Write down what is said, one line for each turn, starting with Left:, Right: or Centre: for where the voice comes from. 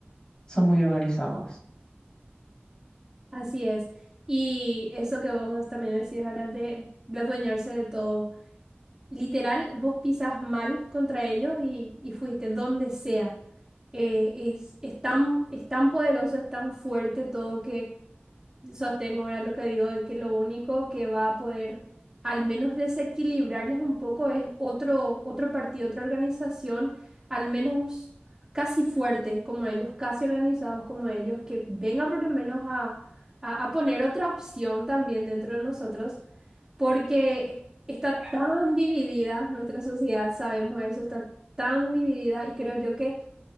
Left: son muy organizados,
Right: Así es. Y eso que vos también decís ahora de, de adueñarse de todo. Literal, vos pisas mal contra ellos y, y fuiste donde sea. Eh, es, es tan, es tan poderoso, es tan fuerte todo sostengo ahora lo que digo de que lo único que va a poder al menos desequilibrarles un poco es otro, otro partido, otra organización, al menos casi fuerte como ellos, casi organizados como ellos, que venga por lo menos a, a, a poner otra opción también dentro de nosotros, porque está tan dividida nuestra sociedad, sabemos eso, está tan dividida y creo yo que